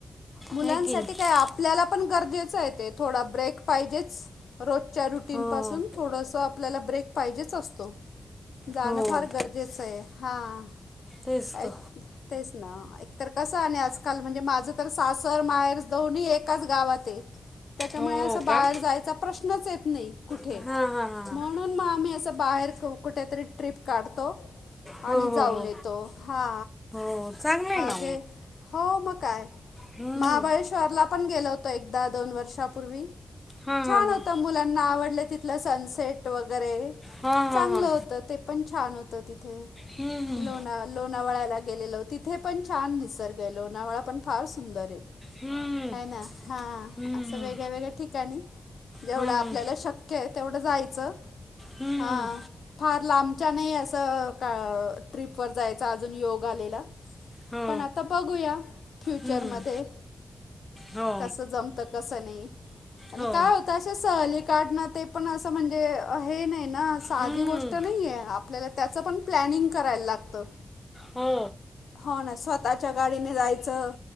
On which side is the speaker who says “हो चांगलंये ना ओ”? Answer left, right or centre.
Left